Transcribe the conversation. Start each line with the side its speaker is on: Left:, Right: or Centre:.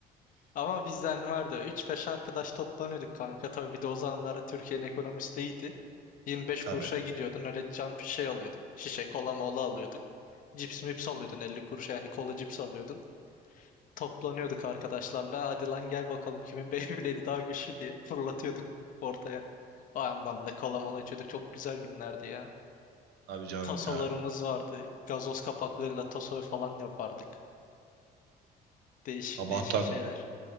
Left: Ama bizden vardı. Üç beş arkadaş toplanıyorduk kanka. Tabii bir de o zamanlar Türkiye'nin ekonomisi de iyiydi. 25 kuruşa
Right: Tabii.
Left: gidiyordun öyle can bir şey alıyordun. Şişe kola mola alıyorduk. Cips mips alıyordun 50 kuruşa yani kola cips alıyordun. Toplanıyorduk arkadaşlarla. Hadi lan gel bakalım kimin <laughs> Beyblade'i daha güçlü diye fırlatıyorduk ortaya. O yandan da kola mola içiyorduk. Çok güzel günlerdi ya.
Right: Tabii canım
Left: Tasolarımız
Right: ya.
Left: vardı. Gazoz kapaklarıyla taso falan yapardık. Değişik
Right: Sabahtan
Left: değişik şeyler.